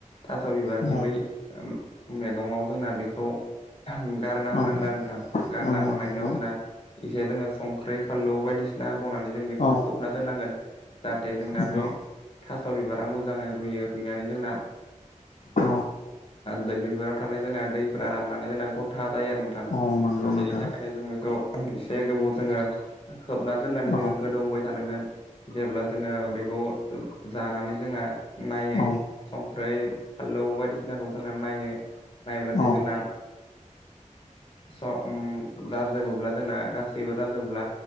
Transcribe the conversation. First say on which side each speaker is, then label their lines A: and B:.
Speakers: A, on the left; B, on the left.
A: थास' बिबारनि
B: औ
A: बै ओम मेगङाव जोंना बेखौ गारना
B: औ
A: होनांगोन आरो नोंथां। गारना
B: औ नंगौ
A: खांनायनि उनाव इसे जोङो संख्रै, फानलु बायदिसिना होबावनानै जों बेखौ
B: औ
A: खोबना दोननांगोन जाहाथे जोंना
B: नंगौ
A: बै थास' बिबारा मोजाङै रुयो रुयनानै जोंना
B: औ
A: दै बेफोराव थानाय जोंना दैफोरा राननानै जोंना गथा जायो आरो नों थां
B: औ नंगौ
A: बेनि
B: नोंथां
A: थाखायनो जों बेखौ उम एसे गोबाव जोङो खोबना दोननानै
B: औ
A: जोङो गोदौ होबाय थानांगोन। जेब्ला जोङो बेखौ जानानै जोंना नायो
B: औ
A: संख्रै, फानलौ बायदिसिनाखौ जोंना नायो। नायोब्लाथाय
B: औ
A: जोंना स' अम जा जोबोब्ला जोंना गासैबो जाजोबबोब्ला